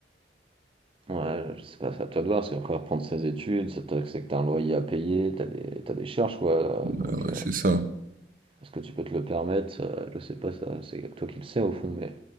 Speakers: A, on the right; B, on the right.
A: Ouais, je sais pas, ça à toi de voir, parce qu'après reprendre ses études, ça te- c'est que t'as un loyer à payer, t'as des, t'as des charges, quoi.
B: ouais,
A: Donc, euh,
B: c'est ça.
A: est-ce que tu peux te le permettre? Euh, je sais pas, ça, c'est toi qui le sais au fond, mais